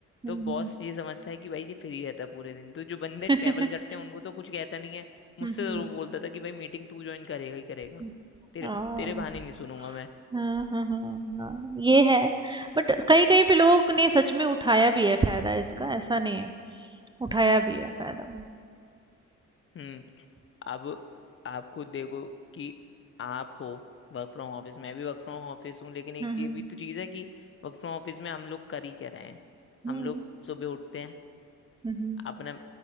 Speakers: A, on the right; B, on the left.
A: हम्म
B: तो बॉस
A: हम्म
B: ये समझता है कि भाई ये फ्री रहता है पूरे दिन तो जो बंदे
A: हम्म
B: ट्रैवल करते
A: <laughs>
B: हैं उनको तो कुछ कहता नहीं है मुझसे
A: हम्म
B: जरूर बोलता था कि भाई मीटिंग तू ज्वाइन करेगा ही करेगा
A: हम्म
B: तेरे
A: हाँ
B: तेरे बहाने नहीं सुनूंगा मैं
A: हाँ हाँ हाँ हाँ, ये है बट कहीं कहीं पे लोगों ने सच में उठाया भी है फायदा इसका ऐसा नहीं है उठाया भी है फायदा
B: हम्म अब आप खुद देखो कि आप हो वर्क फ्रॉम ऑफिस मैं भी वर्क फ्रॉम ऑफिस हूँ लेकिन एक
A: हम्म
B: ये भी तो चीज़ है कि वर्क फ्रॉम ऑफिस में हम लोग कर ही क्या रहे हैं
A: हम्म
B: हम लोग सुबह उठते हैं
A: हम्म हम्म
B: अपने